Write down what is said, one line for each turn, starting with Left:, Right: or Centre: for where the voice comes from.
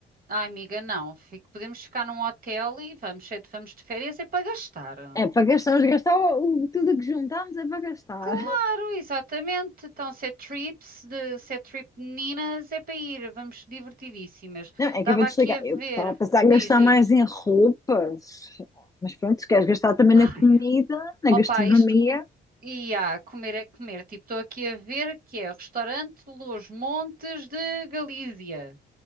Right: Ai, amiga, não. Fico- podemos ficar num hotel e vamos, ser- vamos de férias é para gastar.
Left: É para gastar, vamos gastar o- o- tudo o que juntámos é para gastar.
Right: Claro, exatamente. Então, se é trips, de, se é trip de meninas, é para ir. Vamos divertidíssimas.
Left: Não, é
Right: Estava
Left: que eu vou desligar.
Right: aqui a ver.
Left: Eu que estava a pensar em gastar
Right: Diz, diz.
Left: mais em roupas, mas pronto, se queres gastar também
Right: Ai.
Left: na comida, na
Right: Opa,
Left: gastronomia,
Right: isto co... e há, comer é comer. Tipo, estou aqui a ver que é restaurante Los Montes de Galícia.